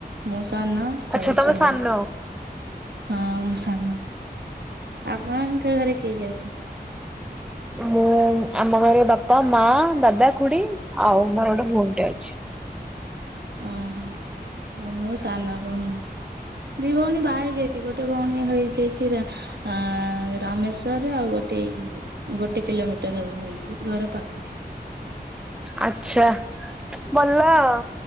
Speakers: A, on the right (about 80°); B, in the centre.
A: ମୁଁ ସାନ
B: ଆଚ୍ଛା
A: ରହିଚି
B: ତମେ ସାନ?
A: ଘରେ। ହଁ ମୁଁ ସାନ। ଆପଣଙ୍କ ଘରେ କିଏ କିଏ ଅଛନ୍ତି?
B: ମୁଁ ଆମ ଘରେ ବାପା ମା ଦାଦା ଖୁଡି ଆଉ ମୋର ଗୋଟେ ଭଉଣୀ ଟେ ଅଛି।
A: ଓହୋ ମୁଁ ସାନ ଭଉଣୀ। ଦି ଭଉଣୀ ବାହା ହେଇ ଯାଇଚି ଗୋଟେ ଭଉଣୀ ହେଇଯାଇଚି ରା ଆ ରାମେଶ୍ବରରେ ଆଉ ଗୋଟେଇଲିରେ। ଗୋଟେ କିଲୋମିଟର ହବ ହେଇଚି ଘର ପାଖରେ।
B: ଆଚ୍ଛା ଭଲ ଆଉ।